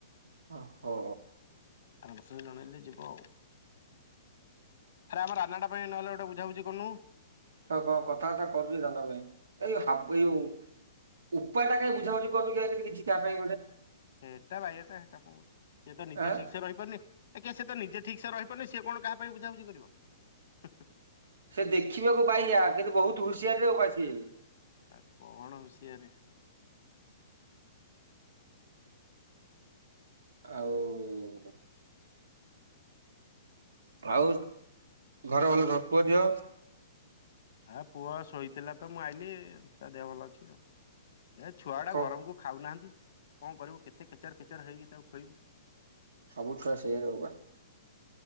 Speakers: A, on the right; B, on the left.
A: ଓ ହୋ।
B: ଆର ମାସ ରେ ଜଣେଇଲେ ଯିବ ଆଉ। ଆରେ ଆମର ରାନାଟା ପାଇଁ ନହେଲେ ଗୋଟେ ବୁଝାବୁଝି କରନୁ।
A: ଏଥରକ କଣ କଥାବାର୍ତ୍ତା କରିବି ରାନା ପାଇଁ ଏଇ ହାପୁ ଏଇ ଉ ଉପା ଟା କାହିଁ ବୁଝାବୁଝି କରୁନି କି କିଛି କା ପାଇଁ ଗୋଟେ।
B: ହେଟା ବାୟାଟା ହେଟା କଣ କରିବ ସେ ତ ନିଜେ
A: ଆଁ
B: ଠିକ ସେ ରହିପାରୁନି। ଏଖା ସେ ତ ନିଜେ ଠିକ ସେ ରହିପାରୁନି ସିଏ କଣ କାହା ପାଇଁ ବୁଝାବୁଝି କରିବ।
A: ସେ ଦେଖିବାକୁ ବାୟା କିନ୍ତୁ ବହୁତ ହୁସିଆର ରେ ବୋପା ସିଏ।
B: ଆ କଣ ହୁସିଆରେ।
A: ଆଉ ଆଉ ଘର ଭଲ ସବୁ ପୁଅ ଝିଅ?
B: ହଁ ପୁଅ ଶୋଇଥିଲା ତ ମୁଁ ଆଇଲିି ତା ଦେହ ଭଲ ଅଛି ଆଉ। ଏ ଛୁଆ ଟା
A: କଣ
B: ଗରମ କୁ ଖାଉନାହାନ୍ତି କଣ କରିବୁ କେତେ କେଚେର କେଚେର ହେଇକି ତାକୁ ଖୁଏଇବୁ।
A: ସବୁ ଛୁଆ ସେୟାରେ ବୋପା।